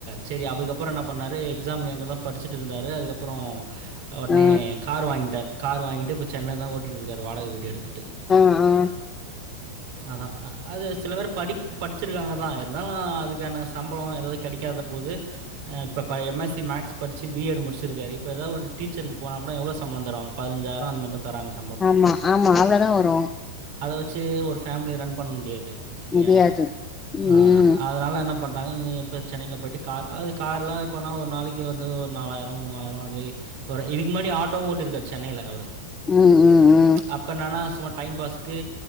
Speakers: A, on the right; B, on the left.
A: சேரி அதுக்கப்புறொ என்ன பண்ணாரு எக்ஸாம் ஏங்குடதா படிச்சுட்டுருந்தாரு அதுக்கப்புறோ ஒடனே
B: ஆ
A: கார் வாங்கிட்டார் கார் வாங்கிட்டு இப்ப சென்னைலதா ஓட்டிட்டு இருக்கார் வாடகை வீடு எடுத் த்துட்டு
B: ஆ ஆ
A: அதா அது சில பேர் படிப் படிச்சிருக்காங்கதா இருந்தாலு அதுக்கான சம்பளோ எதாது கெடைக்காத போது அ இப்ப ப எம்எஸ்சி மேக்ஸ் படிச்சி பிஎடு முடிச்சிருக்காரு இப்ப எதா ஒரு டீச்சருக்கு போன கூட எவ்வளோ சம்பளோ தருவாங் பதினஞ்சாயிரோ அந்த மே தா தராங்க ச
B: ஆமா ஆமா அவ்ளதா வரு
A: அத வச்சி ஒரு ஃபேமிலி ரன் பண்ண முடியாது இல்லையா
B: முடியாது ம்
A: அ அதனால என்ன பண்றாங்க இவங்க எப்ப சென்னையில போய்ட்டு கார் அது கார்லா போனா ஒரு நாளைக்கு வந்து ஒரு நாலாயிரோ மூவாயிரோ மே வரு இதுக்கு முன்னடி ஆட்டோவு ஓட்டிருக்காரு சென்னையில அவரு
B: ம் ம் ம்
A: அப்ப இன்னன்னா சும்மா டைம் பாஸ்சுக்கு